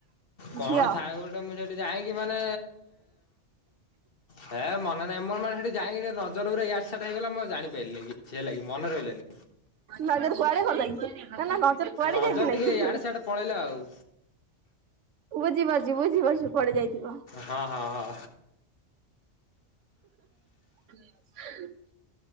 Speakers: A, on the left (about 50°); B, on the right (about 80°).
A: କଣ
B: ଝିଅ
A: ଥାଏ ଗୋଟେ ମୁଁ ସେଠି ଯାଇଁ। ମାନେ ହେ ମନେ ନାହିଁ ମୋର ମାନେ ସେଠି ଯାଇକି ଟିକେ ନଜରଗୁରା ୟାଡେ ସାଡେ ହେଇଗଲା ମୁଁ ଜାଣିପାରିଲିନି କିଛି ହେଲା କି। ମନେ ରହିଲାନି।
B: ନଜର କୁଆଡେ ଭଲ ଲାଗଛି ନା ନା। ନଜର କୁଆଡେ
A: ନଜର
B: ଯାଇଥିଲା
A: ଟିକେଇ
B: କି?
A: ଆଡେ ସଆଡେ ପଳେଇଲା ଆଉ।
B: ବୁଝିପାରୁଛି ବୁଝିପାରୁଛି କୁଆଡେ ଯାଇଛି।
A: ହଁ ହଁ ହଁ
B: <inaudible> <inaudible>